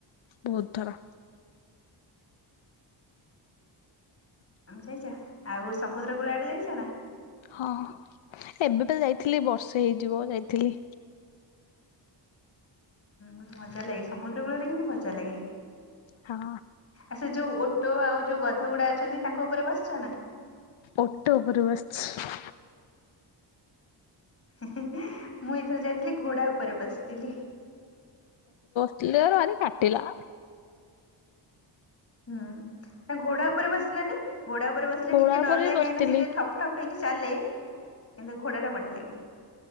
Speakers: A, on the left (about 85°); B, on the left (about 30°).
A: ବୋହୁତ ଥର।
B: ଆମେ ସେଇ ଯାହା ଆଉ ସମୁଦ୍ର କୂଳ ଆଡେ ଯାଇଚ ନା?
A: ହଁ ଏବେ ପା ଯାଇଥିଲି ବର୍ଷେ ହେଇଯିବ ଯାଇଥିଲି।
B: ହୁଁ ମଜାଲାଗେ ସମୁଦ୍ର କୂଳରେ କିନ୍ତୁ ମଜା ଲାଗେ।
A: ହଁ।
B: ଆ ସେ ଯୋଉ ଓଟୋ ଆଉ ଯୋଉ ଗଧଗୁଡା ଅଛନ୍ତି ତାଙ୍କ ଉପରେ ବସିଚ ନା?
A: ଓଟ ଉପରୁ ବସଛି।
B: ହିଁ ହିଁ ମୁଁ ଏଥର ଯାଇଥିଲି ଘୋଡା ଉପରେ ବସିଥିଲି।
A: ହେଲେ ଏରା ଭାରି କାଟିଲା।
B: ହୁଁ ନା ଘୋଡା ଉପରେ ବସିଲନି ଘୋଡା ଓପରେ ବସିଲେ
A: ଘୋଡ଼ା
B: ଟିକେ ଡରଲାଗେ
A: ଉପରେ ବି ବସିଥିଲି
B: କାହିଁକିନା ସେ ଟିକେ ଠପ୍ ଟପ ହେଇକି ଚାଲେ କିନ୍ତୁ ଘୋଡାଟା ବଢିଆ ଲାଗେ।